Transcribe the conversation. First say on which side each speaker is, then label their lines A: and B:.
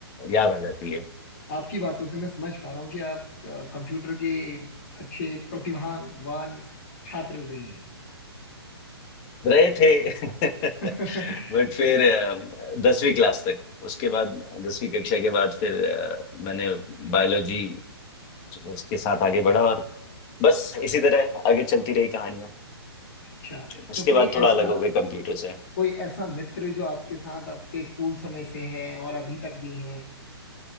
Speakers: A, on the left; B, on the left.
A: याद आ जाती है
B: आपकी बातों से मैं समझ पा रहा हूँ कि आप अ, कंप्यूटर के अच्छे प्रतिभावान छात्र रहे
A: रहे थे <laughs>
B: हैं <laughs>
A: बट फिर अ, दसवीं क्लास तक उसके बाद दसवीं कक्षा के बाद फिर अ, मैंने बायोलॉजी उसके साथ आगे बढ़ा और बस इसी तरह आगे चलती रही कहानियाँ
B: अच्छा
A: उसके
B: तो कोई
A: बाद थोड़ा
B: ऐसा
A: अलग हो गए कंप्यूटर से
B: कोई ऐसा मित्र जो आपके साथ आपके स्कूल समय से है और अभी तक भी है